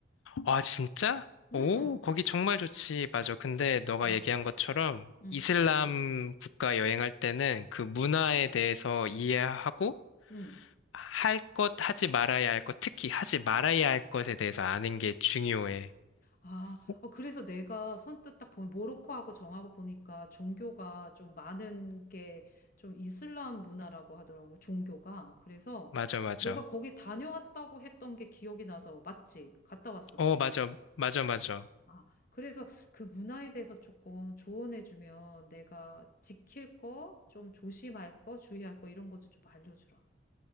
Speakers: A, on the left; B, on the left.
A: 아, 진짜?
B: 응,
A: 오, 거기 정말 좋지. 맞아. 근데 너가
B: 응,
A: 얘기한 것처럼
B: 응,
A: 이슬람 국가 여행할 때는 그 문화에 대해서 이해하고
B: 응.
A: 할 것, 하지 말아야 할 것, 특히 하지 말아야 할 것에 대해서 아는 게 중요해.
B: 아,
A: 어?
B: 어, 그래서 내가 선뜻 딱 보니 모로코하고 정하고 보니까 종교가 좀 많은 게 좀 이슬람 문화라고 하더라고, 종교가. 그래서
A: 맞아, 맞아.
B: 너가 거기 다녀왔다고 했던 게 기억이 나서 맞지? 갔다 왔었지?
A: 어, 맞아. 맞아, 맞아.
B: 아, 그래서 그 문화에 대해서 조금 조언해주면 내가 지킬 거, 좀 조심할 거, 주의할 거 이런 것도 좀 알려주라.